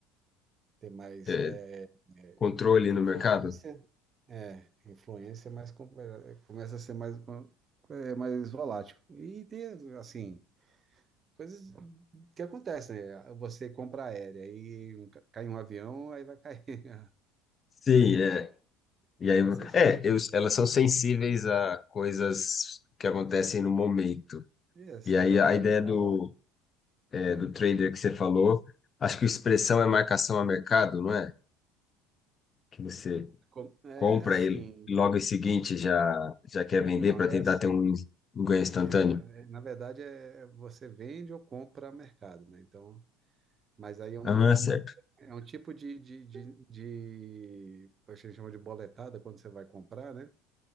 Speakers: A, on the right (about 35°); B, on the left (about 35°).
A: tem mais
B: É,
A: é, é,
B: controle no
A: influência.
B: mercado?
A: É, influência, mas com- é, começa a ser mais, é, mais volátil. E tem, assim, coisas O que acontece, né? Você compra aérea e um, ca- cai um avião, aí vai cair. <laughs>
B: Sim, é. E aí,
A: Então, essas
B: é,
A: coisas.
B: eu- elas são sensíveis a coisas que acontecem no momento.
A: É, sazonalidade.
B: E aí a ideia do, é,
A: É.
B: do trader que você falou, acho que expressão é marcação a mercado, não é? Que você
A: Com- é
B: compra
A: assim.
B: e logo em seguinte já, já quer vender
A: Não,
B: para
A: é
B: tentar
A: assim.
B: ter um, um ganho instantâneo.
A: É, é- na verdade, é, é, você vende ou compra a mercado, né? Então, mas aí é uma,
B: Ah,
A: é
B: certo.
A: uma, é um tipo de, de, de, de, a gente chama de boletada quando você vai comprar, né?